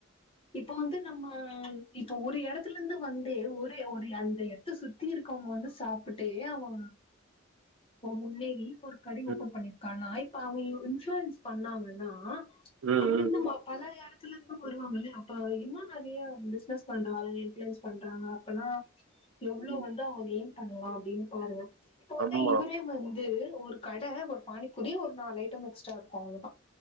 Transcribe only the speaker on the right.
ம்
ம்
ம்
ம்.
ஆமா. ம். ஆமா.